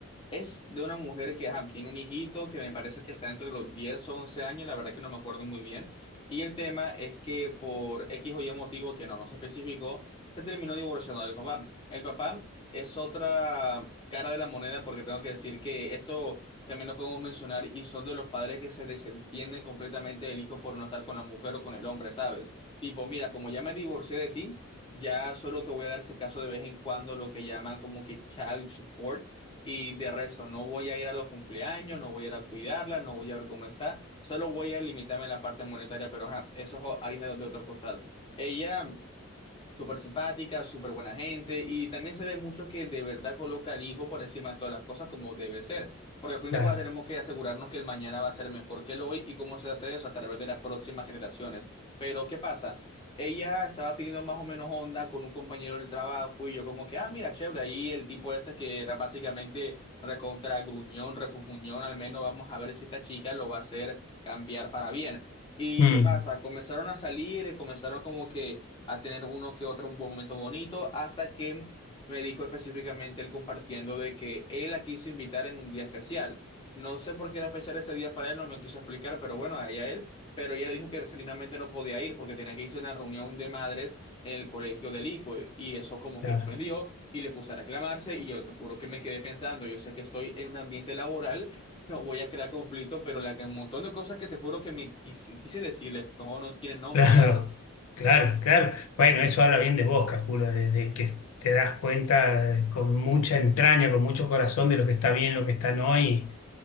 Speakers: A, on the left; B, on the left.
A: es de una mujer que ajá, tiene un hijito que me parece que está entre los 10 o 11 años, la verdad que no me acuerdo muy bien. Y el tema es que por X o Y motivo que no nos especificó, se terminó divorciando del papá. El papá es otra cara de la moneda porque tengo que decir que esto también lo podemos mencionar y son de los padres que se desentienden completamente del hijo por no estar con la mujer o con el hombre, ¿sabes? Tipo, mira, como ya me divorcié de ti. Ya solo te voy a dar ese caso de vez en cuando lo que llaman como que child support y de resto no voy a ir a los cumpleaños, no voy a ir a cuidarla, no voy a ver cómo está, solo voy a limitarme en la parte monetaria, pero ajá, eso es harina de otro costal. Ella Súper simpática, súper buena gente y también se ve mucho que de verdad coloca al hijo por encima de todas las cosas como debe ser, porque al fin
B: Claro.
A: de cuentas tenemos que asegurarnos que el mañana va a ser mejor que el hoy y cómo se hace eso a través de las próximas generaciones. Pero ¿qué pasa? Ella estaba teniendo más o menos onda con un compañero del trabajo y yo como que, ah, mira, chévere, ahí el tipo este que era básicamente recontra gruñón, refufuñón, al menos vamos a ver si esta chica lo va a hacer cambiar para bien. ¿Y
B: Mm,
A: qué pasa? Comenzaron a salir, comenzaron como que a tener uno que otro un buen momento bonito, hasta que me dijo específicamente él compartiendo de que él la quiso invitar en un día especial. No sé por qué era especial ese día para él, no me quiso explicar, pero bueno, allá él. Pero ella le dijo que genuinamente no podía ir porque tenía que irse a una reunión de madres en el colegio del hijo y eso como que
B: claro,
A: lo ofendió y le puse a reclamarse y yo te juro que me quedé pensando, yo sé que estoy en un ambiente laboral, <laughs> no voy a crear conflicto, pero la, un montón de cosas que te juro que me quise, quise decirle, no, no tienen
B: <laughs>
A: nombre,
B: claro,
A: ¿sabes?
B: claro, claro. Bueno, eso habla bien de vos, calculo, de, de que te das cuenta con mucha entraña, con mucho corazón de lo que está bien, lo que está no y,